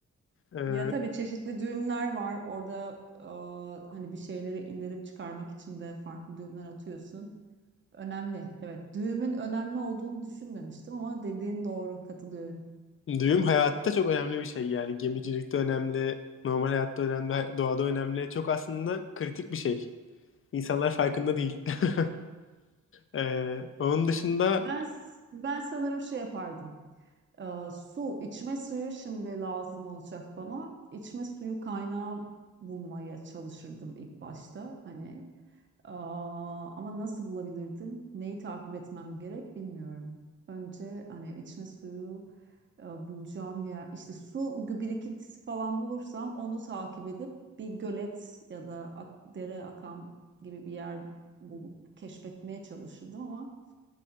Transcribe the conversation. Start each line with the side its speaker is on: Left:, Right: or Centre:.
Left: Ee,
Right: Ya tabii çeşitli düğümler var. Orada aa, hani bir şeyleri indirip çıkarmak için de farklı düğümler atıyorsun. Önemli. Evet, düğümün önemli olduğunu düşünmemiştim ama dediğin doğru, katılıyorum.
Left: Düğüm hayatta çok önemli bir şey yani. Gemicilikte önemli, normal hayatta önemli, doğada önemli. Çok aslında kritik bir şey. İnsanlar farkında değil. <laughs> Ee, onun dışında
Right: Ben ben sanırım şey yapardım. Aa, su, içme suyu şimdi lazım olacak bana. İçme suyu kaynağı bulmaya çalışırdım ilk başta. Hani Aa, ama nasıl bulabilirdim? Neyi takip etmem gerek bilmiyorum. Önce hani içme suyu e, bulacağım yer, işte su gü- birikintisi falan bulursam onu takip edip bir gölet ya da ak- dere akan gibi bir yer bulup keşfetmeye çalışırdım ama